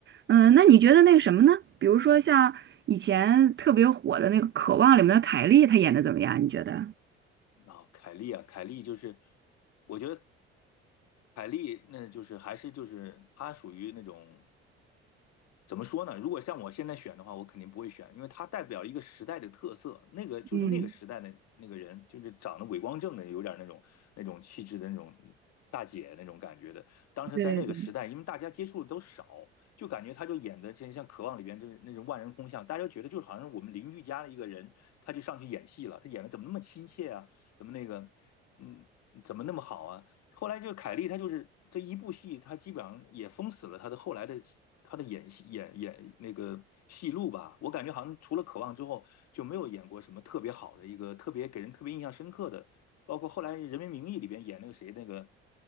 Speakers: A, on the right; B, on the left.
A: 嗯，那你觉得那个什么呢？比如说像以前特别火的那个《渴望》里面的凯莉，她演的怎么样？你觉得？
B: 啊，凯利啊，凯利就是，我觉得凯利那就是还是就是她属于那种。怎么说呢？如果像我现在选的话，我肯定不会选，因为它代表一个时代的特色。那个就是那个时代的那个人，
A: 嗯，
B: 就是长得伟光正的，有点那种那种气质的那种大姐那种感觉的。当时在那个时代，
A: 对对对。
B: 因为大家接触的都少，就感觉他就演的真像《渴望》里边就是那种万人空巷，大家觉得就好像是我们邻居家的一个人，他就上去演戏了。他演的怎么那么亲切啊？怎么那个，嗯，怎么那么好啊？后来就是凯莉，她就是这一部戏，她基本上也封死了她的后来的她的演戏演演那个戏路吧。我感觉好像除了《渴望》之后，就没有演过什么特别好的一个特别给人特别印象深刻的。包括后来《人民名义》里边演那个谁那个